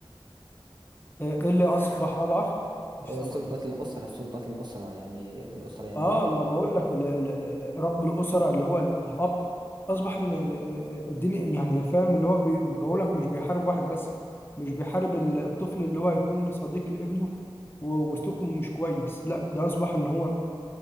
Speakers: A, on the left; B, on the right.
A: آه، اللي أصبح أضعف مش
B: آه،
A: سامعك
B: سلطة
A: بس.
B: الأسرة سلطة الأسرة يعني الأسرة يعني
A: اه ما بقول لك ال- ال- رب الأسرة اللي هو الأب أصبح إن ال- ال- الدنيا يعني فاهم اللي هو بي- بقول لك مش بيحارب واحد بس مش بيحارب ال- الطفل اللي هو هيكون صديق لابنه و- وسلوكه مش كويس لا ده أصبح إن هو